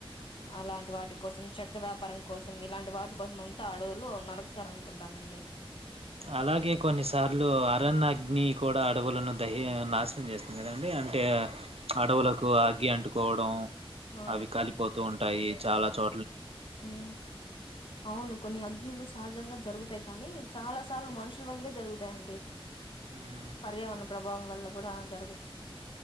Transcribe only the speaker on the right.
హ్మ్.
అలాగే కొన్నిసార్లు అరణ్య అగ్ని కూడా అడవులను దయ్య నాశనం చేస్తుంది కదండి అంటే అడవులకు అగ్గి అంటుకోవడం
అవి కలిపోతూ ఉంటాయి చాలా చో
హ్మ్.
హ్మ్.